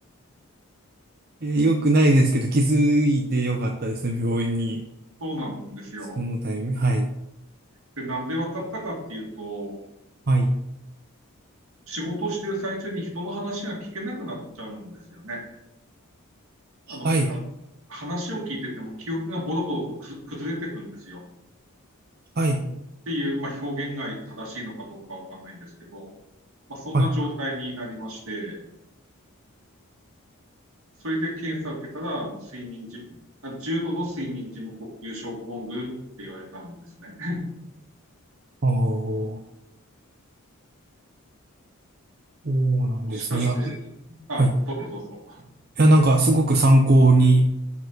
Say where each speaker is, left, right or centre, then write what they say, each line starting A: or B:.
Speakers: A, on the right (about 45°); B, on the right (about 70°).
A: えよくないですけど、気づいてよかったですね。病院に。
B: そうなんですよ。
A: そのタイミング。はい。
B: で、なんで分かったかっていうと、
A: はい。
B: 仕事をしている最中に人の話が聞けなくなっちゃうんですよね。あの、
A: はい。
B: 話を聞いてても記憶がボロボロとく崩れてくんですよ。
A: はい。
B: っていう、まあ、表現が正しいのかどうかわかんないんですけど、まあ、そんな状態になりまして、
A: はい。
B: それで検査を受けたら、あの、睡眠時、あ重度の睡眠時無呼吸症候群って言われたんですね。
A: ああ、そうなんですね。
B: <laughs> もしかして、
A: いや、
B: あ、
A: はい。い
B: どうぞどうぞ。
A: や、なんか、すごく参考に